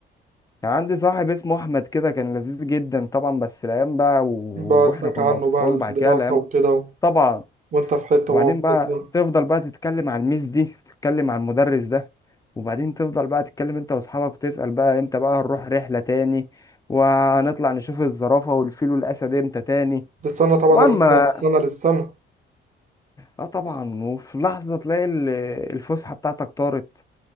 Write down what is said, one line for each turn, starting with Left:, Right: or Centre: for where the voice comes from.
Left: كان عندي صاحب اسمه احمد كده كان لذيذ جدا طبعا بس الايام بقى و-
Right: بعدتك
Left: واحنا كنا
Right: عنه
Left: اطفال
Right: بقى الدراسة
Left: وبعد كده الايام
Right: وكده و...
Left: طبعا
Right: وأنت في حتة
Left: وبعدين
Right: وهو في
Left: بقى
Right: حتة
Left: تفضل بقى تتكلم على الميس دي تتكلم على المدرس ده وبعدين تفضل بقى تتكلم انت واصحابك وتسأل بقى امتى بقى هنروح رحلة تاني وهنطلع نشوف الزرافة والفيل والأسد امتى تاني
Right: تستنى طبعا
Left: طبعا
Right: الرحلة
Left: ما
Right: من سنة للسنة
Left: اه طبعا وفي لحظة تلاقي ال- الفسحة بتاعتك طارت